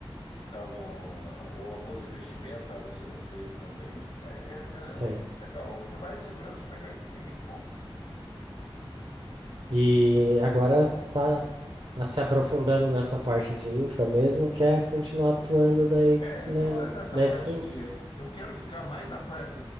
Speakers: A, on the left (about 75°); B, on the right (about 65°).
A: que estavam, ah, ou alguns investimentos estavam sendo feitos também. É, é- era
B: sei.
A: legal, o trabalho de segurança foi, le- foi muito bom.
B: E agora tá a- se aprofundando nessa parte de infra mesmo, que é continuar atuando daí,
A: É,
B: né?
A: eu tô nessa
B: Nesse,
A: parte de. Eu quero ficar mais na parte.